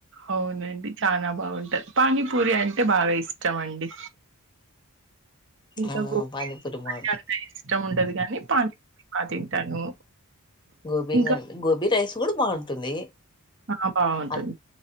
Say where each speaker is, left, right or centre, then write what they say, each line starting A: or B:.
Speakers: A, on the right; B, on the left.
A: అవునండి చాలా బాగుంటది పానీపూరి అంటే బాగా ఇష్టం అండి ఇంకా
B: ఆ
A: గోబి
B: పానీపూరి బాగుంటుంది
A: అన్ అంత ఇష్టం ఉండదు కానీ పాన్ బా తింటాను
B: గోబీగా
A: ఇంకా
B: గోబీ రైస్ కూడా బాగుంటుంది
A: ఆ బాగుంటుంది
B: అ